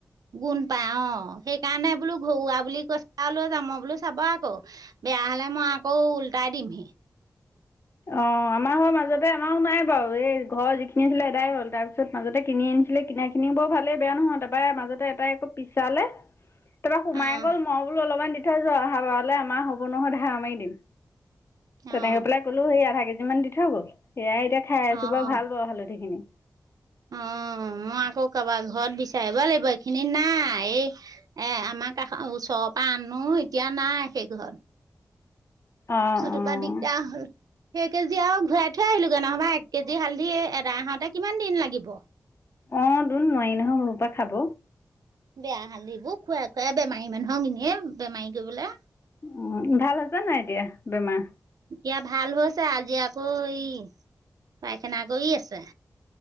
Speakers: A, on the right (about 80°); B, on the left (about 40°).
A: গুণ পাই অঁ। সেইকাৰণে বোলো ঘৰুৱা বুলি কৈছা, লৈ যাম মই বোলো চাব আকৌ। বেয়া হ'লে মই আকৌ উল্টাই দিম।
B: অঁ আমাৰ হৈ মাজতে আমাৰো নাই বাৰু, এই ঘৰ যিখিনি আছিলে এদাই হ'ল। তাৰপি- পিছত মাজতে কিনি আনিছিলে, কিনা খিনি বাৰু ভালেই বেয়া নহয়। তাৰপৰা মাজতে এটাই আকৌ পিছালে - তাৰপৰা সোমাই
A: অ',
B: গ'ল, মই বোলো অলপমান দি থৈ যোৱা আহা বাৰলৈ আমাৰ হ'ব নহয় ধাৰ মাৰি দিম। তেনেকে
A: অ',
B: পেলাই ক'লো সেই আধা কেজি মান দি থৈ গ'ল। সেয়াই এতিয়া খাই আছো
A: অ'।
B: বাৰু ভাল বাৰু হালধি খিনি। <inaudible>
A: অ', মই আকৌ কাৰবাৰ ঘৰত বিচাৰিব লাগিব এইখিনিত নাই। এই - এ আমাৰ কাষ ওচৰৰ পৰা আনো এতিয়া নাই সেইটো ঘৰত।
B: অঁ
A: সেইটোপা
B: অঁ
A: দিগদাৰ হ'ল। সেই কেজি আৰু ঘূৰাই থৈ আহিলোগে, নহ'বা এক কেজি হালধি এদাই হওঁতে কিমান দিন লাগিব।
B: অঁ দোন নোৱাৰি নহয় সৌসোপা খাব।
A: বেয়া হালধিবোৰ খুৱাই খুৱাই বেমাৰী মানুহক এনে বেমাৰী কৰিবলে।
B: উম, ভাল হৈছে নে নাই এতিয়া বেমাৰ।
A: এতিয়া ভাল হৈছে, আজি আকৌ এই পাইখানা কৰি আছে।